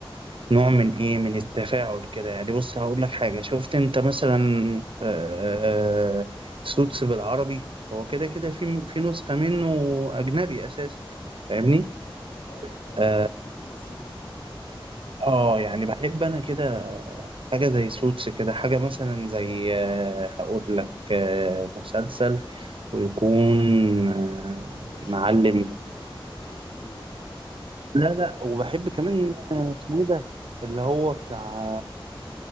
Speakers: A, on the right (about 70°); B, on the left (about 65°).
A: نوع من ايه من التفاعل كده يعني بص هقول لك حاجه شفت انت مثلا آه، آه، سوتس بالعربي هو كده كده في في نسخه منه اجنبي اساسا فاهمني
B: اه طب
A: اه
B: آسر ياسين
A: آه، يعني بحب انا كده حاجه زي سوتس كده حاجه مثلا زي آه، هقول لك آه، مسلسل ويكون آه،
B: تراجيدي
A: معلم
B: يعني بتحب انت التراجيدي ولا
A: لا لا
B: وال-
A: وبحب
B: والكلاسيك
A: كمان آه، اسمه ايه ده اللي هو بتاع